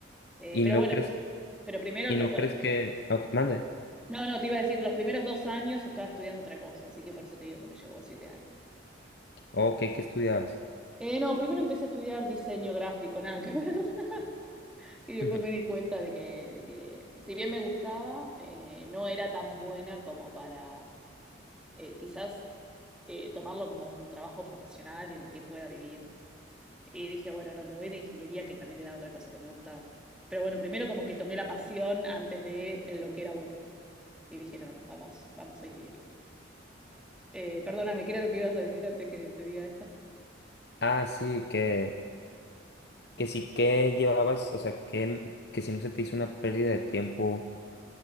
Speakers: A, in the centre; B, on the left.
A: Eh,
B: ¿Y
A: pero
B: no
A: bueno,
B: crees?
A: pero primero,
B: ¿Y
A: lo-
B: no
A: o-
B: crees que... ah, ok, mande.
A: no, no, te iba a decir, los primeros dos años estaba estudiando otra cosa, así que por eso te digo que me llevó siete años. O
B: oh,
A: sea,
B: Ok, ¿qué estudiabas?
A: eh, no, primero empecé a estudiar diseño gráfico, <laughs> nada que ver, <laughs> y después
B: Ujú.
A: me di cuenta de que, de que si bien me gustaba, eh, no era tan buena como para eh, quizás eh, tomarlo como un trabajo profesional en el que pueda vivir. Y dije, bueno, no, me voy de ingeniería, que también era otra cosa que me gustaba. Pero bueno, primero como que tomé la pasión antes de lo que era buena. Y dije, no, no, vamos, vamos a ingeniería. Eh, perdóname, ¿qué era lo que ibas a decir antes que te diga esto?
B: Ah, sí, que, que sí que llevabas, o sea, que, que si no se te hizo una pérdida de tiempo